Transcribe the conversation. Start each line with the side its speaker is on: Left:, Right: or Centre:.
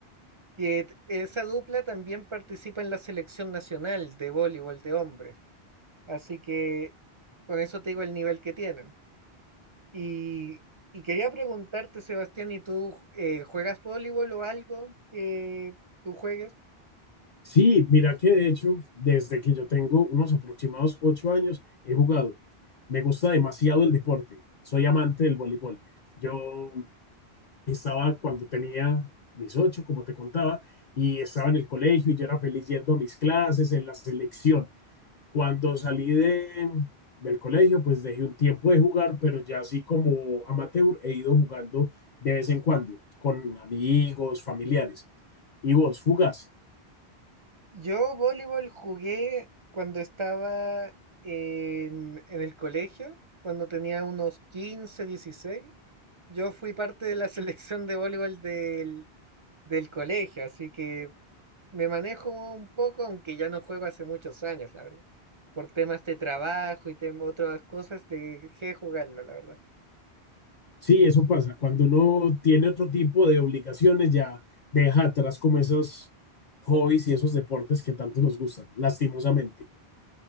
Right: que t- esa dupla también participa en la selección nacional de voleibol de hombres. Así que Con eso te digo el nivel que tienen. Y, y quería preguntarte, Sebastián, ¿y tú eh, juegas voleibol o algo que tú juegues?
Left: Sí, mira que de hecho, desde que yo tengo unos aproximados ocho años, he jugado. Me gusta demasiado el deporte. Soy amante del voleibol. Yo estaba cuando tenía mis ocho, como te contaba, y estaba en el colegio y yo era feliz yendo a mis clases, en la selección. Cuando salí de, del colegio, pues dejé un tiempo de jugar, pero ya así como amateur he ido jugando de vez en cuando con amigos, familiares. ¿Y vos jugás?
Right: Yo voleibol jugué cuando estaba en, en el colegio, cuando tenía unos 15 16. Yo fui parte de la <laughs> selección de voleibol del, del colegio, así que me manejo un poco, aunque ya no juego hace muchos años, la verdad. Por temas de trabajo y tem- otras cosas, dejé de jugarlo, la verdad.
Left: Sí, eso pasa. Cuando uno tiene otro tipo de obligaciones, ya deja atrás como esos hobbies y esos deportes que tanto nos gustan, lastimosamente.